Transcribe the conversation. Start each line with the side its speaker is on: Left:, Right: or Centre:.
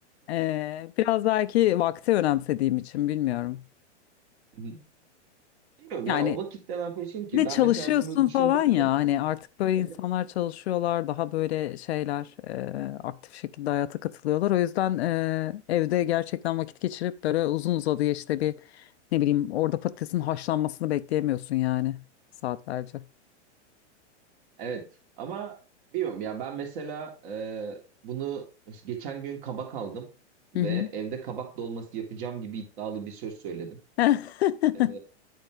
Left: E, biraz belki vakti önemsediğim için bilmiyorum.
Right: Mhm. Bilmiyorum
Left: Yani
Right: ya o vakitte ne yapıyorsun ki?
Left: Bir de
Right: Ben
Left: çalışıyorsun
Right: mesela bunu düşündükçe
Left: falan ya hani artık böyle
Right: <laughs>
Left: insanlar çalışıyorlar daha böyle şeyler e, aktif şekilde hayata katılıyorlar. O yüzden e, evde gerçekten vakit geçirip böyle uzun uzadıya işte bir ne bileyim orada patatesin haşlanmasını bekleyemiyorsun yani saatlerce.
Right: evet ama bilmiyorum ya ben mesela e, bunu geçen gün kabak aldım ve
Left: Hı hı.
Right: evde kabak dolması yapacağım gibi iddialı bir söz söyledim.
Left: <laughs>
Right: E,